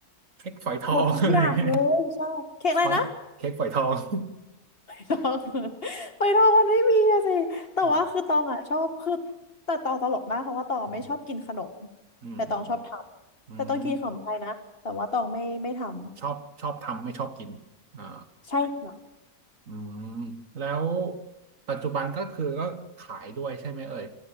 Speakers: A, on the right (about 60°); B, on the left (about 40°).
A: เค้กฝอยทอง
B: หมดทุกอย่างเลยใช่เค้กอะไรนะ
A: <laughs> อะไรอย่างเงี้ยสปังเค้กฝอยทอง <laughs>
B: ตอง <laughs> ไปตองมันไม่มีอะสิแต่ว่าคือตองอ่ะชอบคือ
A: อ๋อ
B: แต่ตองตลกมากเพราะว่าตองไม่ชอบกินขนม
A: อืมอืมอืมอืม
B: แต่ตองชอบทำแต่ตองกินขนมไทยนะแต่ว่าตองไม่ไม่ทำ
A: อืมชอบชอบทำไม่ชอบกินอ่า
B: ใช่ค่ะ
A: อืมแล้วปัจจุบันก็คือก็ขายด้วยใช่ไหมเอ่ย